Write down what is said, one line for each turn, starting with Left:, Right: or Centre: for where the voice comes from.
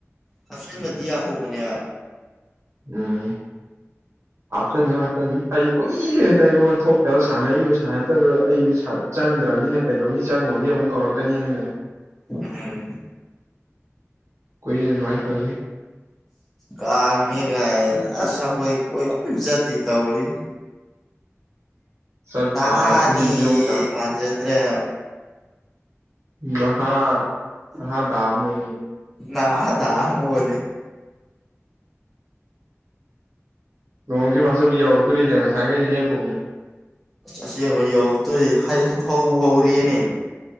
Centre: ꯍꯥꯞꯆꯤꯟꯕꯗꯤ ꯌꯥꯍꯧꯕꯅꯦ
Right: ꯎꯝ ꯍꯥꯞꯆꯟꯁꯤ ꯍꯥꯞꯆꯟꯁꯤ ꯑꯩ ꯀꯨꯏꯔꯦꯗ ꯑꯩꯉꯣꯟ ꯊꯣꯛꯄꯒ ꯁꯥꯟꯅꯈꯤꯕ ꯁꯥꯟꯅꯗꯕ ꯑꯩ ꯆꯪꯗ꯭ꯔꯕꯅꯤꯅ ꯀꯩꯗꯧꯅꯤ ꯆꯪꯉꯨꯔꯗꯤ ꯑꯃꯨꯛ ꯀꯧꯔꯛꯀꯅꯤꯅꯅꯦ
Centre: ꯎ ꯍꯝ
Right: ꯀꯣꯏ ꯑꯗꯨꯃꯥꯏ ꯇꯧ
Centre: ꯀꯥꯥꯟ ꯃꯒ ꯑꯁ ꯍꯣꯏ ꯀꯣꯏ ꯑꯣꯖ ꯇꯧꯔꯤ
Right: ꯆꯠꯄ
Centre: ꯍꯥꯅꯤ
Right: ꯃꯤꯒꯤ ꯑꯍꯨꯝ ꯆꯥꯡ
Centre: ꯃꯖꯗ꯭ꯔꯦ
Right: ꯃꯍꯥ ꯃ ꯝꯅꯤ
Centre: ꯅ ꯊꯣꯅꯤ
Right: ꯅꯣꯡꯖꯦ ꯃꯥꯁꯨꯕꯨ ꯌꯥꯎꯔꯛꯇꯣꯔꯤꯅꯦ ꯉꯁꯥꯡꯈꯩꯁꯦ ꯂꯦꯞꯄꯧꯅꯦ
Centre: ꯑꯁꯦꯡ ꯑꯃꯉ ꯌꯧꯔꯛꯇꯣꯏꯗꯤ ꯍꯧꯕ ꯍꯧꯔꯦꯅꯦ